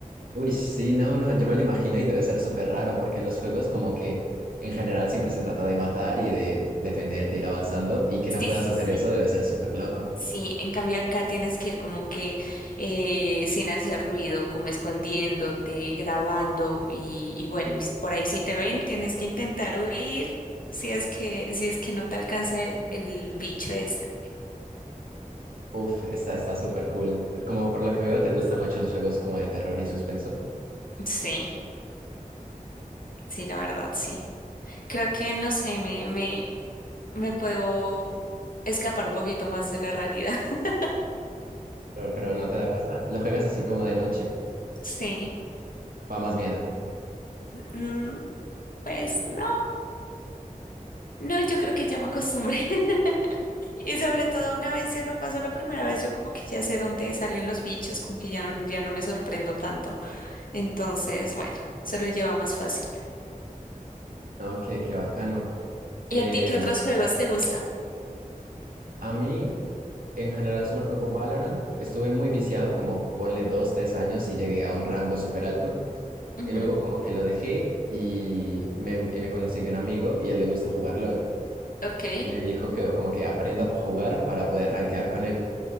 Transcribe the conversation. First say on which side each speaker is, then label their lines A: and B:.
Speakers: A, on the right (about 85°); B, on the left (about 75°).
A: Uy, sí, no, no, yo me lo imagino y debe ser súper raro porque en los juegos como que en general siempre se trata de matar y de defenderte, ir avanzando y que
B: Sí,
A: no puedas
B: sí,
A: hacer
B: sí.
A: eso debe ser súper loco.
B: Sí, en cambio acá tienes que ir como que eh, sin hacer ruido, como escondiéndote, grabando y, y bueno, y por ahí si te ven tienes que intentar huir si es que, si es que no te alcanza el, el bicho este.
A: Uf, está, está súper cool. Como por lo que veo te gustan mucho los juegos como de terror y suspenso,
B: Sí, sí, la verdad, sí. Creo que, no
A: Bacán.
B: sé, me, me, me puedo escapar un poquito más de la realidad. <laughs>
A: pero, pero no te da cosa. ¿Lo juegas así como de noche?
B: Sí,
A: Va más miedo.
B: Mm, pues no, no, yo creo que ya me acostumbré. Y sobre todo una vez ya lo pasó la primera vez, yo como que ya sé dónde salen los bichos, como que ya no, ya no me sorprendo tanto. Entonces, bueno, se lo lleva más fácil.
A: No, qué, qué bacano. Em,
B: ¿Y a ti qué Sí. otros juegos te gusta
A: a mí en general solo juego Valorant. Estuve muy viciado, como ponle dos, tres años y llegué a un rango súper alto
B: Ujú,
A: Y luego como que lo dejé y me, y me conseguí un amigo y a él le gusta jugar LOL.
B: Ok,
A: Y me dijo que como que aprenda a jugar para poder rankear con él.